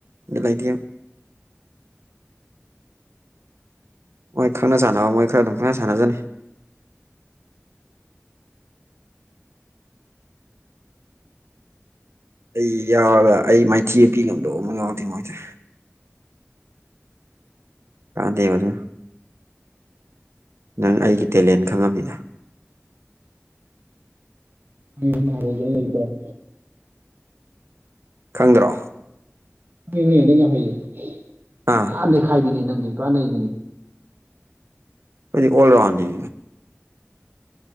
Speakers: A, on the right (about 65°); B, on the right (about 45°).
A: ꯂꯥꯏꯗꯦ <inaudible> ꯃꯣꯏ ꯈꯪꯅ ꯆꯥꯟꯅꯕ ꯃꯣꯏ ꯈꯔ ꯑꯗꯨꯝ ꯈꯪꯅ ꯁꯥꯟꯅꯖꯅꯤ ꯑꯩ ꯌꯥꯔꯒ ꯑꯩ ꯃꯥꯏꯊꯤꯕ ꯄꯤ ꯉꯝꯗꯕ ꯑꯃ ꯌꯥꯎꯗꯦ ꯃꯣꯏꯁꯦ ꯀꯗꯦꯕꯔ ꯅꯪ ꯑꯩꯒꯤ ꯇꯦꯂꯦꯟ ꯈꯪꯉꯕꯅꯤꯅ
B: ꯍꯪ ꯅꯍꯥꯟꯕꯣꯖ ꯑꯩ ꯂꯩꯕꯗ
A: ꯈꯪꯗ꯭ꯔꯣ
B: ꯍꯣꯏ ꯍꯣꯏ ꯅꯪ ꯌꯥꯝ ꯐꯩꯌꯦ
A: ꯑꯥ
B: ꯄꯨꯔꯥ ꯅꯩꯈꯥꯏꯕꯤꯅꯦ ꯅꯪꯁ ꯄꯨꯔꯥ ꯅꯩꯕꯤꯅꯦ
A: ꯑꯩꯣꯏꯗꯤ ꯑꯣꯜꯔꯅꯤ